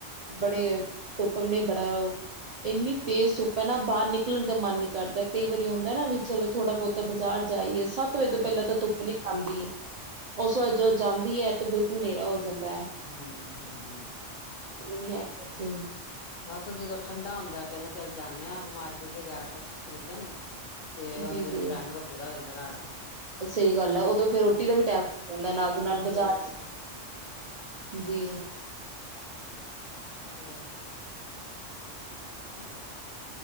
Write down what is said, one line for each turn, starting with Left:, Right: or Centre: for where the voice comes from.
Left: ਹਾਂਜੀ
Right: ਬੜੇ ਧ ਸੁਨੇ ਬੜਾ ਇੰਨੀ ਤੇਜ਼ ਸੁਪ ਹੈ ਨਾ ਬਾਹਰ ਨਿਕਲਣ ਤੇ ਮਨ ਨੀ ਕਰਦਾ। ਕਈ ਵਾਰੀ ਹੁੰਦਾ ਨਾ ਵੀ ਚਲੋ ਥੋੜਾ -ਬਹੁਤਾ ਬਾਜ਼ਾਰ ਜਾਈਏ। ਸੱਤ ਵਜੇ
Left: ਹਾਂਜੀ
Right: ਤੋਂ ਪਹਿਲਾਂ ਤਾਂ ਤੁੁੱ ਨੀ ਜਾਂਦੀ। ਉਸ ਵਾਰ ਜਦੋਂ ਜਾਂਦੀ ਹੈ ਤੇ ਬਿਲਕੁਲ ਹਨੇਰਾ ਹੋ ਜਾਂ ਜਾਂਦਾ ਹੈ।
Left: <inaudible>
Right: ਵੀ <unintelligible>
Left: ਬਸ ਜਦੋਂ ਠੰਡਾ ਹੁੰਦਾ। ਕਹਿੰਦੇ ਚੱਲ ਜਾਂਦੇ ਆਾਂ ਮਾਰਕੀਟ ਵਗੈਰਾ ਕੁਛ ਖ਼ਰੀਦਣ ਤੇ ਉਹਦੇ
Right: ਜੀ ਜੀ
Left: ਨੂੰ ਟਾਈਮ ਰੋਟੀ ਦਾ ਹੋ ਜਾਂਦਾ। ਰਾਤ ਦੇ
Right: ਸਹੀ ਗੱਲ ਹੈ। ਉਦੋਂ ਫਰ ਰੋਟੀ
Left: ਹਾਂ
Right: ਦਾ ਵੀ ਟਮ ਜਾਂਦਾ ਨਾਲ ਦੀ ਨਾਲ
Left: ਬਸ
Right: ਬਾਜ਼ਾਰ
Left: ਉਹੀ ਹਮ
Right: ਜ <inaudible>
Left: ਹੋਰ <inaudible>